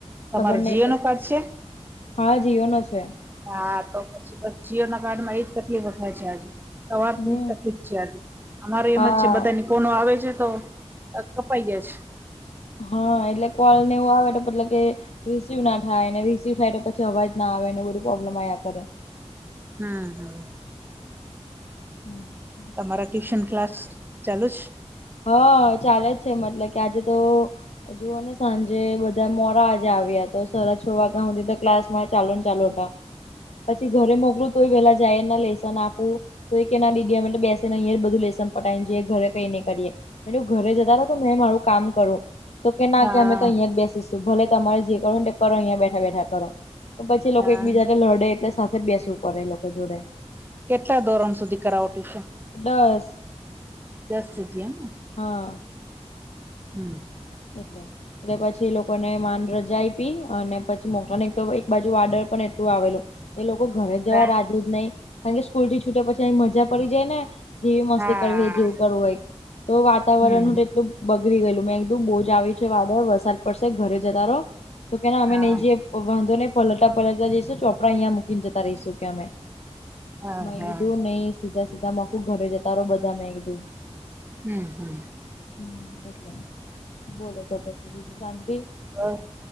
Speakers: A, on the right; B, on the left.
A: તમારો
B: ખબર નહ
A: જીઓ
B: પી
A: નો કાર્ડ છે
B: હા જીઓ નો છે.
A: હા તો પછી બસ જીઓ ના કાર્ડ માં એજ તકલીફો થાય છે આજે. તમારે
B: હમ
A: થોડી જ તકલીફ છે આજે અમારે
B: હા
A: એમ જ છે બધાની. કોનો આવે છે તો કપાઈયા છે.
B: હા એટલે કોલ ને એવું આવે મતલબ કે. રિસીિવ ના થાયને રિસીિવ થાય તો પછી અવાજ ના આવે ને બધું પ્રોબ્લેમ આવયા કરે.
A: હમ હા.
B: હમ.
A: મારા ટ્યુશન ક્લાસ ચાલુ છ.
B: હા ચાલે જ છે મતલબ કે આજે તો. જુઓ ને સાંજે બધા મોરા આજે આવ્યા તો સડા છ વાગ્યા સુધી તો ક્લાસ માં ચાલો ને ચાલુ હતા. પછી ઘરે મોકલું તોય પેલા જાય એ ના લેસન આપું. તો એ કે ના દીદી અમે બેસેનેહીય બધું લેસન પટાવ નેઈએ ઘરે કઈ નઈ કરીએ. ઘરે જતા રહ તો મેં મારું કામ કરું તો કે ના
A: હા
B: કે અમે તો અહિયાં જ બેસીશ. ભલે તમારે જે કરો ને કરો અહીયા બેઠા બેઠા કરો પછી લોકો
A: હા
B: એકબીજાને લડે એટલે સાથે બેસવું પડે એ લોકો જોડે.
A: કેટલા ધોરણ સુધી કરાવ ટુસન છે.
B: દસ.
A: દસ સુધી એમને.
B: હા.
A: હમ.
B: એટલે. એ પછી લોકોને માન રજા આપ પી અને પછી મોક તો એક બાજુ વાર્ડર પણ એટલું આવેલું. એ લોકો ઘરે જવા
A: હા
B: રાજે જ નહી કારણ કે સ્કૂલ થી છૂટ્યા પછી અહી મજા પડી જાય ને. જેવી મસ્તી
A: હા
B: કરવી જેવું કરવું હોય તો વાતાવરણ
A: હમ
B: હું તેટલું બગડી ગયેલું મેં કીધુ બોજ. આવી છે વાદળ વરસાદ પડશે ઘરે જતા રહો તો કેના અમે
A: હા
B: નહી જઈએ. પ વાંધો નહી પલટતા પલટતા જઈશું ચોપડા અહીંયા મૂકીને જતા રહીશું કે અમે.
A: હા
B: મગીધું
A: હા
B: નહી સીધા સીધા માકું ઘરે જતા રહો બધા મેગીધું.
A: હમ હમ.
B: હમ એટલે બોલો તો પછી બીજું શાંતિ.
A: બસ